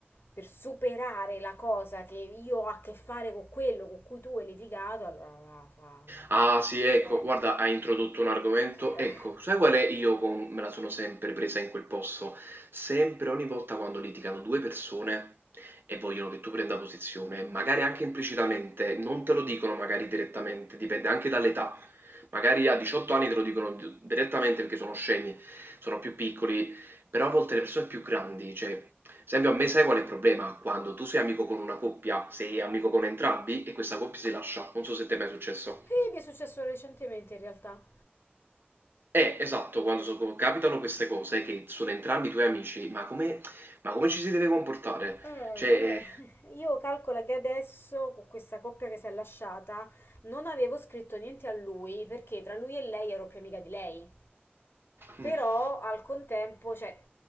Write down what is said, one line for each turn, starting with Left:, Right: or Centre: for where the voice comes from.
Left: per superare la cosa che io ho a che fare con quello con cui tu hai litigato, allora va, fa.
Right: Ah sì, ecco,
Left: Eh.
Right: guarda, hai introdotto un argomento.
Left: Eh.
Right: Ecco, sai qual è? Io con- me la sono sempre presa in quel posto. Sempre, ogni volta quando litigano due persone e vogliono che tu prenda posizione, magari anche implicitamente, non te lo dicono magari direttamente, dipende anche dall'età. Magari a 18 anni te lo dicono di- direttamente perché sono scemi, sono più piccoli, però a volte le persone più grandi, cioè, ad esempio a me sai qual è il problema? Quando tu sei amico con una coppia, sei amico con entrambi e questa coppia si lascia. Non so se ti è mai successo.
Left: E mi è successo recentemente in realtà.
Right: Eh, esatto, quando so- capitano queste cose che sono entrambi i tuoi amici, ma come, ma come ci si deve comportare?
Left: Eh,
Right: Cioè, eh,
Left: eh, io calcolo che adesso con questa coppia che si è lasciata non avevo scritto niente a lui perché tra lui e lei ero più amica di lei. Però
Right: mm.
Left: al contempo, cioè,